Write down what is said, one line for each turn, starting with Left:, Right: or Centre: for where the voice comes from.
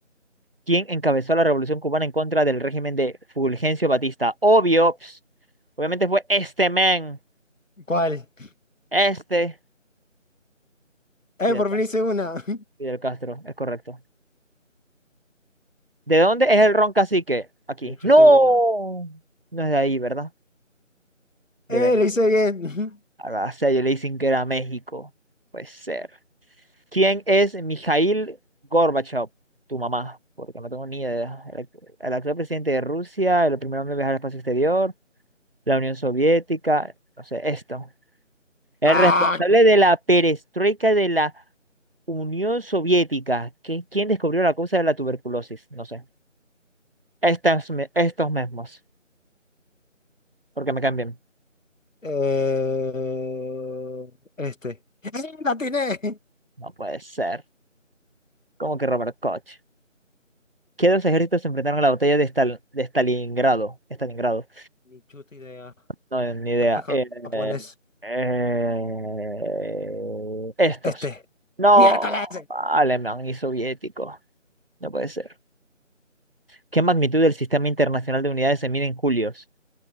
Right: ¿Quién encabezó la revolución cubana en contra del régimen de Fulgencio Batista? Obvio. ps, obviamente fue este man.
Left: ¿Cuál? <laughs>
Right: Este.
Left: Eh,
Right: Fidel,
Left: por
Right: Ca-
Left: fin hice una. <laughs>
Right: Fidel Castro, es correcto. ¿De dónde es el ron cacique? Aquí.
Left: Ni chuta
Right: ¡No!
Left: idea.
Right: No es de ahí, ¿verdad? De
Left: Eh,
Right: Venezuela.
Left: le hice bien.
Right: Ah, O sea, yo le di sin querer a México. Puede ser. ¿Quién es Mikhail Gorbachev? Tu mamá, porque no tengo ni idea. El, el actual presidente de Rusia, el primer hombre en viajar al espacio exterior, la Unión Soviética, no sé, esto. El
Left: <laughs> ¡Ah!
Right: responsable de la perestroika de la Unión Soviética. ¿Qui- ¿Quién descubrió la causa de la tuberculosis? No sé. Estas me- estos mismos, porque me cambian.
Left: Eh, este. ¡Eh, ¡La atiné!
Right: No puede ser. ¿Cómo que Robert Koch? ¿Qué dos ejércitos se enfrentaron a la batalla de, Stal- de Stalingrado? Stalingrado.
Left: Ni chuta idea.
Right: No, eh, ni idea.
Left: No fue ja-
Right: Eh,
Left: japonés.
Right: eh, eh, estos.
Left: Este.
Right: No,
Left: Miércoles.
Right: alemán y soviético. No puede ser. ¿Qué magnitud del Sistema Internacional de Unidades se mide en julios?